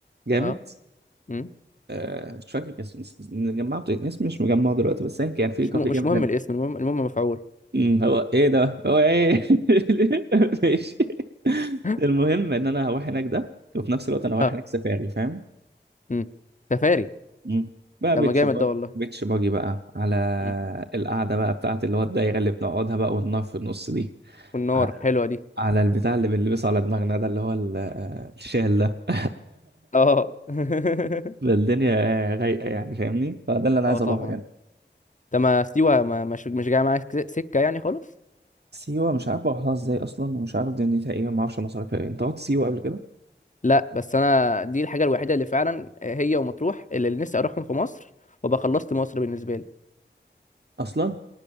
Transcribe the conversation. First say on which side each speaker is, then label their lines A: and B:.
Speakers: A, on the right; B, on the left.
A: جامد
B: اه مم.
A: آه، مش فاكر اسم اسم- مجمعه بت- اسم مش مجمعه دلوقتي بس يعني كان في
B: مش
A: كافيه
B: م...
A: جامد
B: مش مهم الاسم المهم المهم مفعول
A: مم، هو ايه ده هو ايه <laughs> ماشي
B: <laughs>
A: المهم ان انا هروح هناك ده وفي نفس الوقت انا رايح
B: اه
A: هناك سفاري فاهم
B: مم. سفاري
A: مم. بقى
B: ده
A: بيتش
B: ما جامد
A: باجي
B: ده والله
A: بيتش باجي بقى على
B: مم.
A: القعده بقى بتاعت اللي هو الدايره اللي بنقعدها بقى والنار في النص دي
B: والنار
A: على
B: حلوة دي
A: على البتاع اللي بنلبسه على دماغنا ده اللي هو ال- الشال ده <laughs>
B: اه <laughs>
A: فالدنيا رايقه يعني فاهمني فده اللي انا عايز
B: اه طبعا
A: اروحه يعني
B: انت ما سيوة ما مش مش جاي معاك سكة يعني خالص
A: سيوه مش عارف اروحها ازاي اصلا ومش عارف دنيتها ايه وما اعرفش مصاريفها ايه انت رحت سيوه قبل كده
B: لا بس انا دي الحاجة الوحيدة اللي فعلا آه، هي ومطروح اللي اللي نفسي اروحهم في مصر وابقى خلصت مصر بالنسبة لي
A: اصلا